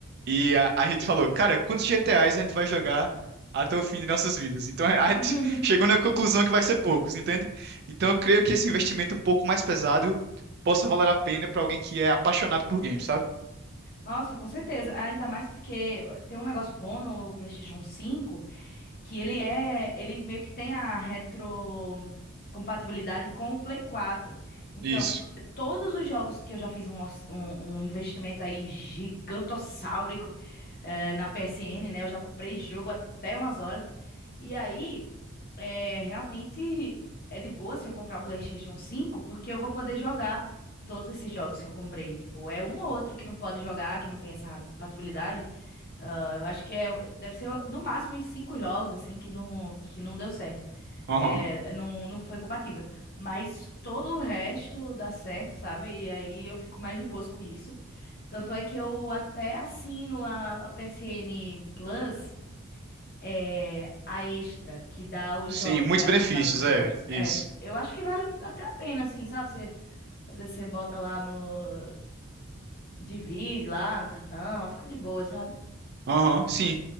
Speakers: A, on the right; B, on the left.
A: e a, a gente falou, cara, quantos GTAs a gente vai jogar até o fim de nossas vidas? Então a gente
B: <laughs>
A: <laughs> chegou na conclusão que vai ser poucos, entende? Então eu creio que esse investimento um pouco mais pesado possa valer a pena para alguém que é apaixonado por games, sabe?
B: Nossa, com certeza. Ainda mais porque tem um negócio bom no PlayStation 5. que ele é, ele meio que tem a retrocompatibilidade com o Play 4. Então,
A: Isso.
B: todos os jogos que eu já fiz um, orç- um- um investimento aí gigantossáurico eh, na PSN, né? Eu já comprei jogo até umas horas. E aí, é, realmente é de boa se eu comprar o PlayStation 5, porque eu vou poder jogar todos esses jogos que eu comprei. Tipo, é um ou outro que não pode jogar, que não tem essa compatibilidade, ah, eu acho que é, deve ser no máximo em cinco jogos, assim, que não, que não deu certo.
A: Aham.
B: É, não, não foi compatível. Mas todo o resto dá certo, sabe? E aí eu fico mais de boas com isso. Tanto é que eu até assino a, a PSN Plus, é, a extra, que dá os
A: Sim,
B: jogos,
A: muitos
B: né?
A: benefícios,
B: O catálogo de jogos.
A: é, isso.
B: É, eu acho que vale até a pena, assim, sabe? Você, às vezes você bota lá no. Divide lá no cartão, fica de boa, sabe?
A: Aham, sim.